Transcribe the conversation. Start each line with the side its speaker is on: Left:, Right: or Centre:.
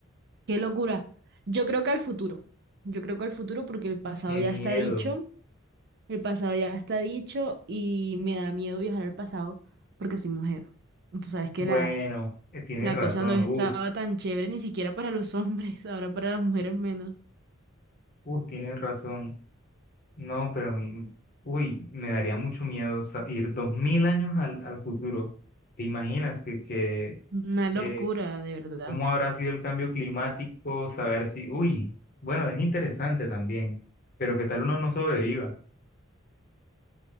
Right: qué locura. Yo creo que al futuro, yo creo que al futuro porque el pasado
Left: Qué
Right: ya
Left: miedo.
Right: está dicho. El pasado ya está dicho y me da miedo viajar al pasado porque soy mujer. Y Tú sabes que
Left: Bueno,
Right: la,
Left: eh, tienes
Right: la
Left: razón.
Right: cosa no estaba
Left: Uh,
Right: tan chévere ni siquiera para los <laughs> hombres, ahora para las mujeres menos.
Left: uh, tienes razón. No, pero mi, uy, me daría mucho miedo sa- ir dos mil años al, al futuro. ¿Te imaginas que, que,
Right: Una locura,
Left: que
Right: de verdad.
Left: cómo habrá sido el cambio climático? Saber si, uy, bueno, es interesante también, pero qué tal uno no sobreviva.